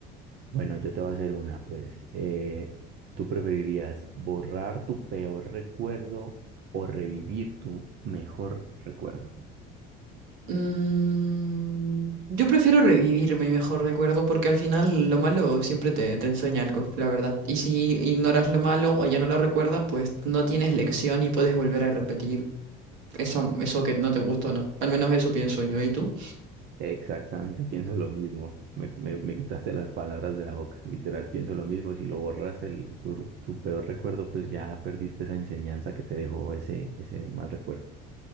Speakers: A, on the right; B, on the right.
A: Bueno, yo te voy a hacer una, pues. Eh, ¿tú preferirías borrar tu peor recuerdo o revivir tu mejor recuerdo?
B: Mm, yo prefiero revivir mi mejor recuerdo porque al final lo malo siempre te, te enseña algo, la verdad. Y si ignoras lo malo o ya no lo recuerdas, pues no tienes lección y puedes volver a repetir eso, eso que no te gustó, ¿no? Al menos eso pienso yo. ¿Y tú?
A: Exactamente, pienso lo mismo. Me, me- me quitaste las palabras de la boca. Literal, pienso lo mismo. Si lo borras el, tu, tu peor recuerdo, pues ya perdiste esa enseñanza que te dejó ese, ese mal recuerdo.